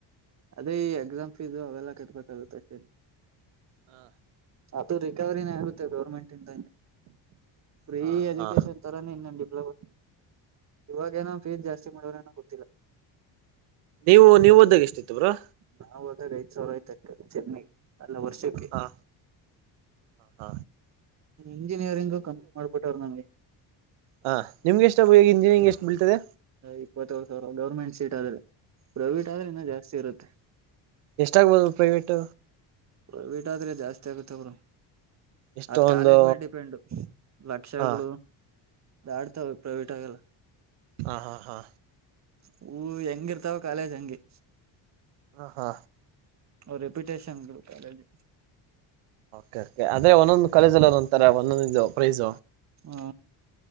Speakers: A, on the right; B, on the right.
A: ಅದೇ ಈ ಎಕ್ಸಾಮ್ ಫೀಸ್ ಅವೆಲ್ಲ ಕಟ್ಬೇಕಾಗುತ್ತೆೇ
B: ಹಾ
A: ಅದು ರಿಕವರಿನ ಆರುತ್ತೆ ಗೌರ್ಮೆಂಟ್ಂದ ಫ್ರೀ
B: ಹಾ
A: ಎಜುಕೇಶನ್
B: ಹಾ
A: ತರ ನೀ ಇನ್ನನ್ ಡಿಪ್ಲೊಮಾ ಇವಾಗೇನೋ
B: ಹಾ
A: ಫೀಸ್ ಜಾಸ್ತಿ ಮಾಡೋರ್ ಏನೋ ಗೊತ್ತಿಲ್ಲ
B: ನೀವು ನೀವು ಓದ್ದಾಗ ಎಷ್ಟಿತ್ತು? ಬ್ರೋ
A: ನಾವು ಹೋದಾಗ ಐದು ಸಾವಿರ ಆಯ್ತ ಚೆನ್ನೈ, ಅಲ್ಲ ವರ್ಷಕ್ಕೆ.
B: ಹಾ ಹ
A: ಇಂಜಿನಿಯರಿಂಗು ಕಂಪ್ಲೀಟ್ ಮಾಡ್ಬಿಟ್ಟ್ರು ನಂಗೆ.
B: ಹಾ ನಿಮ್ಗೆಷ್ಟ ಈ ಇಂಜಿನಿಯರಿಂಗ್ ಎಷ್ಟು ಬೀಳ್ತದೆ?
A: ಇಪ್ಪತ್ತರ್ ಸಾವಿರ ಗೌರ್ಮೆಂಟ್ ಸೀಟ್ ಆದ್ರೆ ಪ್ರೈವೇಟ್ ಆದ್ರೆ ಇನ್ನೂ ಜಾಸ್ತಿ ಇರುತ್ತೆ.
B: ಎಷ್ಟಾಗಗ್ಬೋದು ಪ್ರೈವೇಟ್?
A: ಪ್ರೈವೇಟ್ ಆದ್ರೆ ಜಾಸ್ತಿ ಆಗುತ್ತ ಅವರು.
B: ಎಷ್ಟೊ
A: ಅದ್
B: ಒಂದು
A: ಕಾಲೇಜ್ ಮೇಲೆ ಡಿಪೆಂಡ್ ಲಕ್ಷಗಳು
B: ಹ
A: ದಾಡ್ತವೆ ಪ್ರೈವಟ್. ಅಗಲ್ಲ
B: ಹಾ ಹಾ ಹಾ
A: ಹೂ ಹೆಂಗಿರ್ತಾವ ಕಾಲೇಜ್ ಹಂಂಗಗೆ
B: ಹಾ ಹಾ
A: ಅವ ರೆಪ್ಯುಟೇಷನ್ ಕಾಲೇಜ್,
B: ಕೆ ಕೆ ಅದೇ ಒಂದೊಂದ್ ಕಾಲೇಜಲ್ಲಿ ಒಂತರ ಒಂದೊಂದ ಇದು ಪ್ರೈಸ,
A: ಹ್ಮ